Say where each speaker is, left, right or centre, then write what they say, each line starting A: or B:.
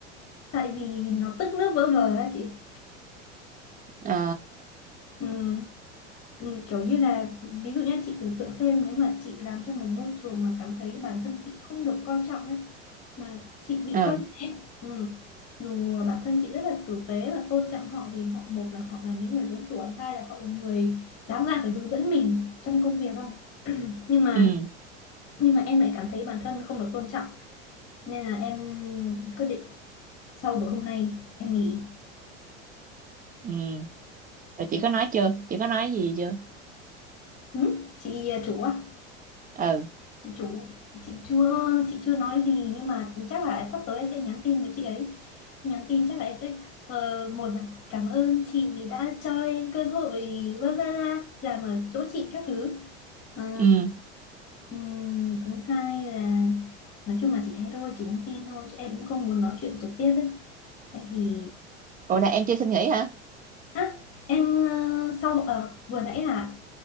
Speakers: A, on the left (about 40°); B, on the right (about 25°).
A: tại vì nó tức nước vỡ vờ á chị
B: ờ
A: ừ. Ừ, kiểu như là ví dụ nhé chị tưởng tượng xem nếu mà chị làm trong một môi trường mà cảm thấy bản thân chị không được coi trọng ấy mà chị bị
B: ừ
A: coi nhẹ ừ. dù bản thân chị rất là tử tế và tôn trọng họ vì họ một là họ là những người lớn tuổi hai là họ là người đáng ra phải hướng dẫn mình trong công việc không nhưng mà
B: ừ
A: nhưng mà em lại cảm thấy bản thân không được tôn trọng nên là em quyết định sau buổi hôm nay em nghỉ
B: ừ rồi chị có nói chưa chị có nói gì chưa
A: ừ? chị à, chủ á
B: ừ
A: chị chủ chị chưa chị chưa nói gì nhưng mà chắc là sắp tới em sẽ nhắn tin với chị ấy nhắn tin chắc là em sẽ ờ, một là cảm ơn chị vì đã cho em cơ hội bla bla bla, làm ở chỗ chị các thứ Ờ,
B: ừ
A: ừm, thứ hai là nói chung là chị thế thôi chị nhắn tin thôi chứ em cũng không muốn nói chuyện trực tiếp ấy tại vì
B: ủa là em chưa xin nghỉ hả
A: á em ờ, sau ờ, vừa nãy là